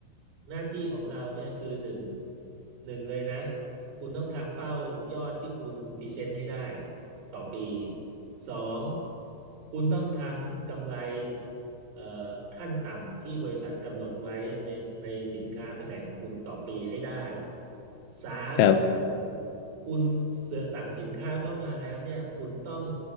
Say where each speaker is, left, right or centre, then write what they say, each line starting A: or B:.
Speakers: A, on the right; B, on the left.
A: หน้าที่ของเราเนี่ยคือหนึ่งหนึ่งเลยนะคุณต้องทำเป้ายอดที่คุณพรีเซนต์ให้ได้ต่อปีสองคุณต้องทำกำไรเอ่อขั้นต่ำที่บริษัทกำหนดไว้ในในสินค้าแผนกของคุณต่อปีให้ได้สาม
B: ครับ
A: คุณเสสั่งสินค้าเข้ามาแล้วเนี่ยคุณต้อง